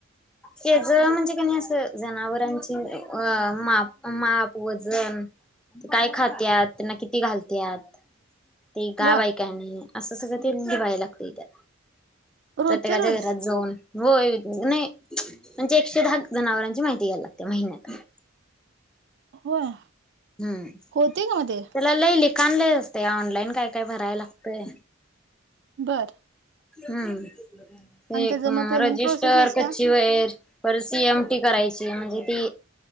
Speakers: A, in the centre; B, on the right (about 60°).
A: हे ज म्हणजे कणी असं जनावरांची अ माप माप वजन ते काय खातात त्यांना किती घालतात. ते गाव
B: बर
A: आहे काय नाही असं सगळं ते निभायला लागतात त्या
B: रोजच्या
A: प्रत्येकाच्या
B: रोज
A: घरात जावून होय नाही म्हणजे एकशे दहा जनावरांची माहिती घ्यायला लागते महिन्यात
B: होय
A: हम्म
B: होते का मग ते
A: त्याला लई लिखाण लय असतय ऑनलाईन काय काय भराय लागतय
B: बरं
A: हम्म एक
B: त्याचं मग पेमेंट
A: रजिस्टर
B: प्रोसेस असत्या
A: कच्ची वैर पर सी एमटी करायची म्हणजे ती